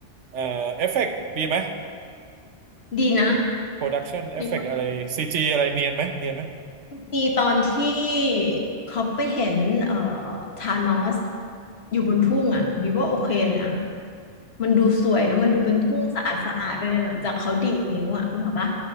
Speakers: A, on the right; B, on the left.
A: เอ่อเอฟเฟกต์ดีไหม
B: ดีนะ
A: โปรดักชันเอฟเฟกต์อะไรซีจีอะไรเนียนไหมเนียนไหม
B: ดีมากดีตอนที่เขาไปเห็นเอ่อธานอสอยู่บนทุ่งอ่ะมีว่าโอเคเลยนะมันดูสวยแล้วมันดูเป็นทุ่งสะอาดสะอาดไปเลยหลังจากเขาดีดนิ้วอ่ะนึกออกปะ